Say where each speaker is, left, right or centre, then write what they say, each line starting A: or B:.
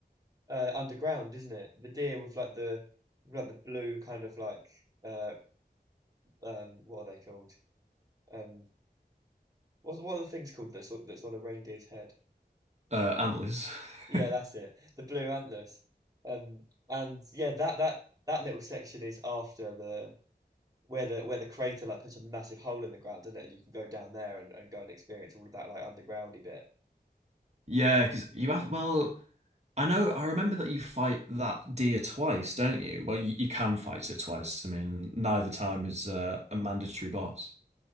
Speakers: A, on the right; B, on the right.
A: uh underground, isn't it? The deer with like the with, like the blue kind of like uh um what are they called? Um What what are the things called that's on- that's on a reindeer's head?
B: Uh, antlers.
A: Yeah,
B: <laughs>
A: that's it. The blue antlers. Um, and yeah, that that that little section is after the where the where the crater like puts a massive hole in the ground, doesn't it? And you can go down there and, and go and experience all of that like undergroundy bit.
B: Yeah, because you have. Well, I know. I remember that you fight that deer twice, don't you? Well, you, you can fight it twice. I mean, neither time is uh, a mandatory boss.